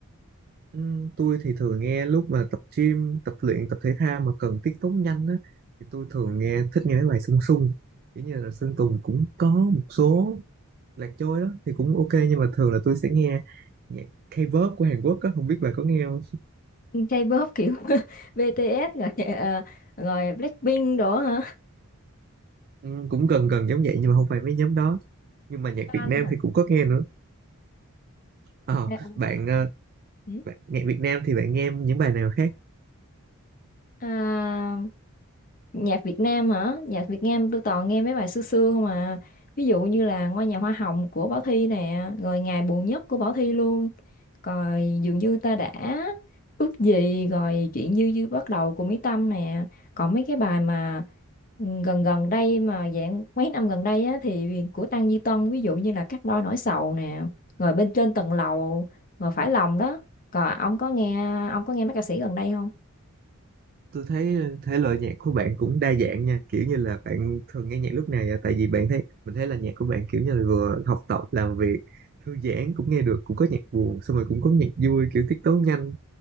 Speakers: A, on the right; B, on the left.
A: Ừ, tôi thì thường nghe lúc mà tập gym, tập luyện, tập thể thao mà cần tiết tấu nhanh á, thì tôi thường nghe thích nghe mấy bài sung sung. Kiểu như là Sơn Tùng cũng có một số Lạc Trôi đó thì cũng ok nhưng mà thường là tôi sẽ nghe nhạc K-pop của Hàn Quốc á, không biết bà có nghe không?
B: K-pop kiểu <laughs> BTS rồi à, à, rồi Blackpink đó hả
A: Ừ, cũng gần gần giống vậy nhưng mà không phải mấy nhóm đó. Nhưng mà nhạc
B: Fan
A: Việt Nam
B: hả?
A: thì cũng có nghe nữa. Ờ,
B: À,
A: bạn, ờ,
B: ừ.
A: bạn nhạc Việt Nam thì bạn nghe những bài nào khác?
B: À, nhạc Việt Nam hả nhạc Việt Nam tôi toàn nghe mấy bài xưa xưa không à ví dụ như là Ngôi nhà hoa hồng của Bảo Thy nè rồi Ngày buồn nhất của Bảo Thy luôn rồi dường như ta đã ước gì rồi chuyện như dư bắt đầu của Mỹ Tâm nè còn mấy cái bài mà ừ, gần gần đây mà dạng mấy năm gần đây á, thì của Tăng Duy Tân ví dụ như là Cắt đôi nỗi sầu nè rồi bên trên tầng lầu rồi phải lòng đó còn ông có nghe ông có nghe mấy ca sĩ gần đây không
A: tôi thấy ờ, thể loại nhạc của bạn cũng đa dạng nha kiểu như là bạn thường nghe nhạc lúc nào vậy tại vì bạn thấy mình thấy là nhạc của bạn kiểu như là vừa học tập làm việc thư giãn cũng nghe được cũng có nhạc buồn xong rồi cũng có nhạc vui kiểu tiết tấu nhanh